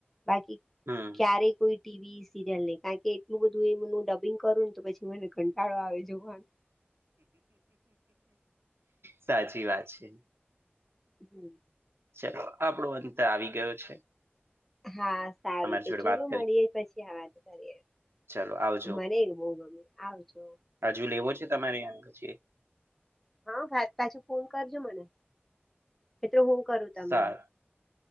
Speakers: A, in the centre; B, on the right.
A: બાકી
B: હમ.
A: ક્યારે કોઈ ટીવી સિરિયલ ને કારણ કે, એટલું બધું એ ડબિંગ કરું ને તો પછી મને ઘંટાળો આવે જોવાનો.
B: સાચી વાત છે.
A: હમ.
B: ચલો આપણો અંત આવી ગયો છે.
A: હા સારું
B: તમારી
A: તો
B: જોડે
A: ચાલ
B: વાત
A: મળીએે પછી આ વાત કરી.
B: ચાલો આવ.
A: મને બહુ ગમે આવ છો.
B: હજુ લેવો છે તમારે આગછ.
A: હા પછી ફોન કરજો મને મિત્ર હું કરું તમને.
B: સારું